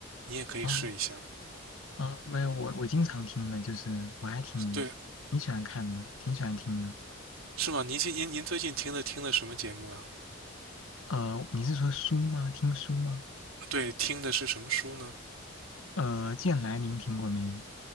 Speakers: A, on the right (about 75°); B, on the left (about 70°).
A: 你也可以试一下。
B: 哦哦，没有，我我经常听的，就是我还挺挺喜欢看的，
A: 对，
B: 挺喜欢听的。
A: 是吗？您现您您最近听的听的什么节目啊？
B: 呃，你是说书吗？听书吗？
A: 对，听的是什么书呢？
B: 呃，剑来您听过没有？